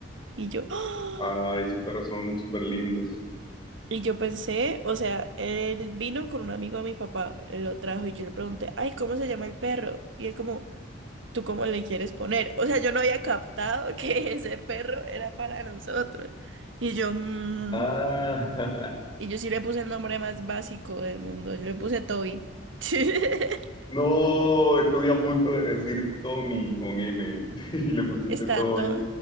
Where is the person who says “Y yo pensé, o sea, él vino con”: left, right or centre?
Right